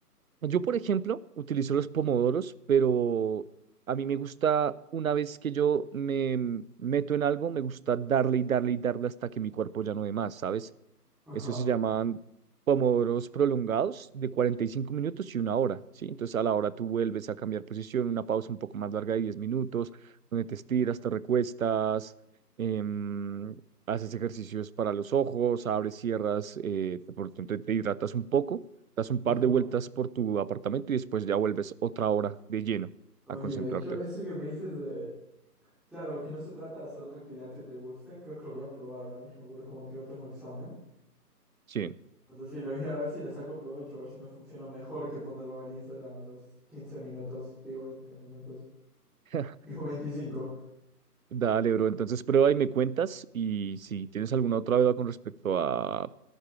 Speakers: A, on the right (about 60°); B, in the centre.
A: yo, por ejemplo, utilizo los pomodoros, pero a mí me gusta, una vez que yo me meto en algo, me gusta darle y darle y darle hasta que mi cuerpo ya no dé más, ¿sabes?
B: Ajá.
A: eso se llaman pomodoros prolongados de 45 minutos y una hora, ¿sí? Entonces a la hora tú vuelves a cambiar posición, una pausa un poco más larga de 10 minutos, donde te estiras, te recuestas, em, haces ejercicios para los ojos, abres, cierras, eh, te, por tanto, te hidratas un poco, das un par
B: Ujú.
A: de vueltas por tu apartamento y después ya vuelves otra hora de lleno
B: Oye,
A: a concentrarte.
B: de hecho, eso que me dices de... Claro, que no se trata de hacer otra actividad que te guste. Creo que lo voy a probar ahora mismo, porque como te digo, tengo examen.
A: Sí.
B: Entonces, sí, lo voy a ver si le saco provecho, a ver si me funciona mejor que ponerme a ver Instagram a los 15 minutos. Digo 20 minutos.
A: <laughs>
B: Digo veinticinco.
A: Dale, bro. Entonces prueba y me cuentas y si tienes alguna otra duda con respecto a